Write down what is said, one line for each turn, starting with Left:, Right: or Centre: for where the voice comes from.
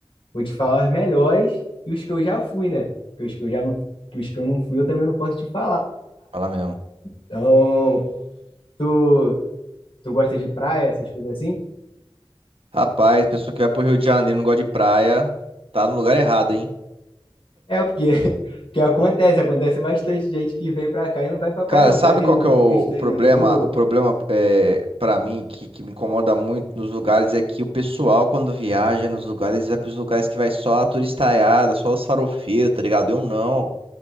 Left: vou te falar os melhores e os que eu já fui, né? Porque os que eu já não, que os que eu não fui, eu também não posso te falar.
Right: Fala mesmo.
Left: Então, tu, tu gosta de praia, essas coisas assim?
Right: Rapaz, pessoa que vai pro Rio de Janeiro e não gosta de praia, tá no lugar errado, hein?
Left: É, porque, <laughs> porque acontece, acontece bastante gente que vem pra cá e não vai pra praia,
Right: Cara,
Left: não.
Right: sabe
Left: Vai ver
Right: qual
Left: o
Right: que é o,
Left: Cristo
Right: o
Left: Redentor,
Right: problema? O problema é, para mim que, que me incomoda muito nos lugares é que o pessoal quando viaja nos lugares vai pros lugares que vai só a turistaiada, só os farofeiros, tá ligado? Eu não.